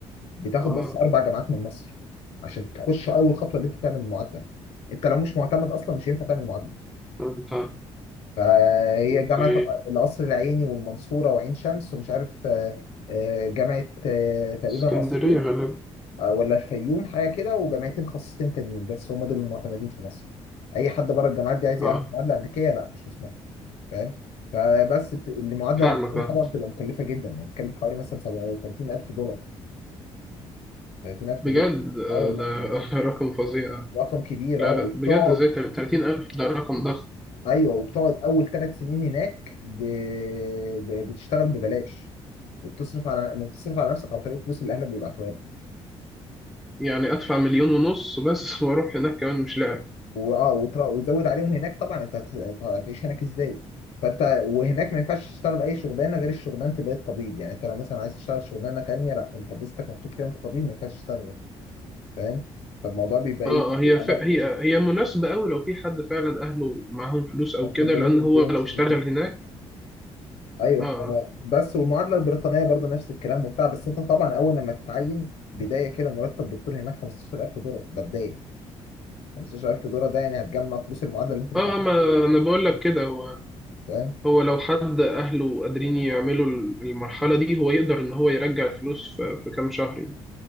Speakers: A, on the left; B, in the centre.
A: بتاخد
B: اه
A: بس اربع جامعات من مصر عشان تخش اول خطوه اللي انت تعمل المعادله انت لو مش معتمد اصلا مش هينفع تعمل معادله
B: فهمت
A: فهي
B: اوكي
A: جامعة القصر العيني والمنصورة وعين شمس ومش عارف آه، آه، جامعة آه، تقريبا
B: اسكندرية
A: أسيوط
B: غالبا
A: آه، ولا الفيوم حاجة كده وجامعتين خاصتين تانيين بس هم دول المعتمدين في مصر أي حد بره الجامعات دي عايز
B: اه
A: يعمل معادلة أمريكية لا مش مسموح له. فاهم فبس بت... المعادلة
B: فاهمك
A: الأمريكية
B: اه
A: طبعا بتبقى مكلفة جدا يعني بتتكلم في حوالي مثلا 30000 دولار 30000
B: بجد
A: دولار
B: آه،
A: اه والله
B: ده <laughs> رقم فظيع
A: رقم كبير
B: لا
A: اه
B: لا
A: وبتقعد
B: بجد ازاي تلاتين ألف ده رقم ضخم
A: ايوه وبتقعد اول ثلاث سنين هناك ب... ب... بتشتغل ببلاش وبتصرف على انك تصرف على نفسك عن طريق الفلوس اللي اهلك بيبعتوها لك
B: يعني أدفع مليون ونص بس <laughs> وأروح هناك كمان مش لاعب
A: واه وتر- وتزود عليهم هناك طبعا انت هت- هت- هتعيش هناك ازاي فانت وهناك ما ينفعش تشتغل اي شغلانه غير الشغلانه اللي هي الطبيب يعني انت لو مثلا عايز تشتغل شغلانه تانيه لا انت فيزتك مكتوب كده انت طبيب ما ينفعش تشتغل غير- فاهم فالموضوع بيبقى
B: اه
A: ايه بيبقى
B: آه، هي ف... هي هي مناسبة أوي لو في حد فعلا أهله معاهم فلوس أو
A: مقتدرين
B: كده لأن
A: ماديا
B: هو لو
A: شويتين.
B: اشتغل هناك
A: ايوه
B: اه
A: ف- بس والمعادله البريطانيه برضه نفس الكلام وبتاع بس انت طبعا اول لما تتعين بدايه كده مرتب دكتور هناك 15000 دولار ده بدايه 15000 دولار ده يعني هتجمع فلوس المعادله اللي انت دفعتها
B: اه ما أنا بقول لك كده هو
A: فاهم؟
B: هو لو حد أهله قادرين يعملوا المرحلة دي هو يقدر إن هو يرجع الفلوس في, في كام شهر